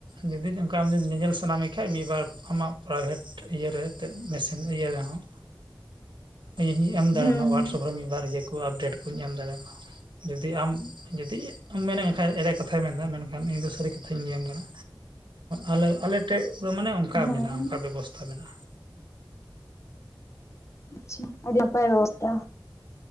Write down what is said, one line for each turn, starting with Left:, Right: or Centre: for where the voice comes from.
Right: ᱡᱩᱫᱤ ᱚᱱᱠᱟ ᱟᱢ ᱡᱩᱤ ᱧᱮᱧᱮᱞ ᱥᱟᱱᱟ ᱢᱮ ᱠᱷᱟᱱᱡ ᱢᱤᱫ ᱵᱟᱨ ᱟᱢᱟᱜ ᱯᱨᱟᱭᱵᱷᱮᱴ ᱤᱭᱟᱹᱨᱮ ᱛᱮᱫ ᱢᱮᱥᱤᱱ ᱤᱭᱟᱹ ᱨᱮᱦᱚᱸ ᱤᱧ ᱦᱸᱧ ᱮᱢ ᱫᱟᱲᱮᱭᱟᱢᱟ
Left: ᱦᱩᱸ
Right: ᱦᱚᱣᱟᱴᱥᱮᱯ ᱨᱮ ᱢᱤᱫ ᱵᱟᱨ ᱤᱭᱟᱹ ᱠᱚ ᱟᱯᱰᱮᱴ ᱠᱩᱧ ᱮᱢ ᱫᱟᱲᱮᱭᱟᱢᱟ ᱡᱩᱫᱤ ᱟᱢ ᱡᱩᱫᱤ ᱢᱮᱱᱮᱫ ᱠᱷᱟᱱᱡ ᱮᱲᱮ ᱠᱟᱛᱷᱟᱭ ᱢᱮᱱ ᱮᱫᱟ ᱢᱮᱱᱠᱷᱟᱱ ᱤᱧ ᱫᱚ ᱥᱟᱨᱤ ᱠᱟᱛᱷᱟᱧ ᱞᱤᱭᱟᱢ ᱠᱟᱱᱟ ᱟᱞᱮ ᱟᱞᱮᱮᱴᱷᱮᱡ ᱫᱚ ᱢᱟᱱᱮ ᱚᱱᱠᱟ
Left: ᱦᱮᱸ
Right: ᱢᱮᱱᱟᱜᱼᱟ ᱚᱱᱠᱟ ᱵᱮᱵᱚᱥᱛᱷᱟ ᱢᱮᱱᱟᱜᱼᱟ
Left: ᱟᱪᱷᱟ ᱟᱹᱰᱤ ᱱᱟᱯᱟᱭ ᱵᱮᱵᱚᱥᱛᱟ